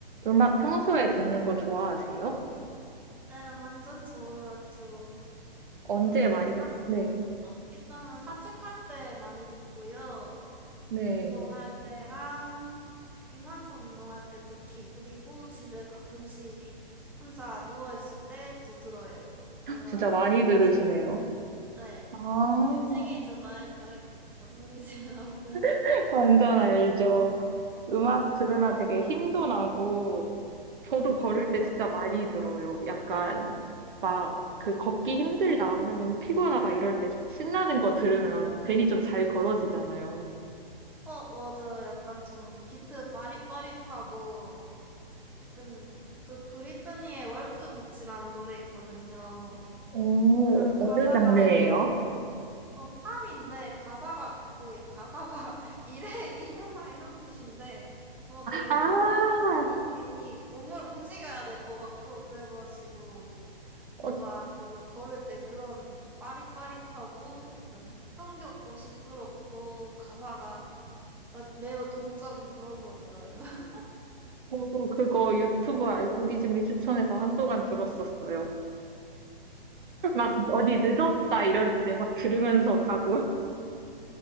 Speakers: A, on the right; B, in the centre.
A: 음악 평소에 듣는 거 좋아하세요?
B: 네, 완전 좋았죠.
A: 언제
B: 저는
A: 많이,
B: 산,
A: 네,
B: 어, 일단은 산책할 때 많이 듣고요.
A: 네.
B: 운동할 때랑 유산소 운동할 때 특히. 그리고 집에 가끔씩 혼자 누워있을 때도 들어요. 뭔가
A: 진짜 많이 들으시네요.
B: 산책, 네.
A: 아,
B: 유치기 즈 마이 라이프. 뭔 소리지? <laughs> 아무튼.
A: <laughs> 완전 알죠. 음악 들으면 되게 힘도 나고, 저도 걸을
B: 맞아요.
A: 때 진짜 많이 들어요. 약간 막 그 걷기 힘들다, 아, 오늘 너무 피곤하다 이럴 때 좀 신나는 거 들으면 괜히 좀 잘 걸어지잖아요.
B: 어, 맞아요. 약간 좀 비트 빠릿빠릿하고 약간 그 브리트니의 월크 비치라는 노래 있거든요.
A: 오,
B: 가,
A: 어느
B: 가사가
A: 장르예요?
B: 어, 팝인데 가사가 그거예요. 가사가 <laughs> 이래 이년아 이런 뜻인데 그거 들으면은
A: 아,
B: 괜히 괜히 몸을 움직여야 될 것 같고 그래가지고
A: 어,
B: 뭔가 저도 걸을 때 그런 빠릿빠릿하고 약간 흥겹고 시끄럽고 가사가 막 매우 동적인 그런 거 들어요. <laughs>
A: 저도 그거 유튜브 알고리즘이 추천해서 한동안 들었었어요. 막
B: 그거
A: 어디 늦었다 이럴 때 막 들으면서 가고. <laughs>